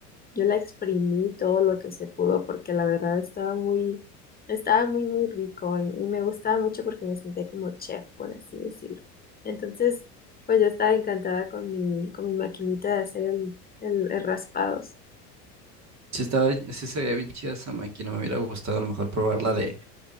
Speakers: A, on the left; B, on the right.
A: Yo la exprimí todo lo que se pudo porque la verdad estaba muy, estaba muy, muy rico y, y me gustaba mucho porque me sentía como chef, por así decirlo. Entonces, pues yo estaba encantada con mi, con mi maquinita de hacer el, el, el raspados.
B: Sí estaba, sí se veía bien chida esa máquina, me hubiera gustado a lo mejor probarla de,